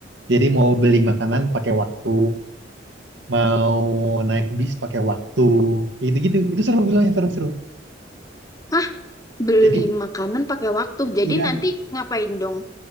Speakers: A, on the right; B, on the left.
A: Jadi mau beli makanan pakai waktu. mau naik bis pakai waktu kayak gitu-gitu itu seru filmnya seru-seru
B: Hah? Beli
A: jadi
B: makanan pakai waktu. Jadi
A: iya
B: nanti ngapain dong?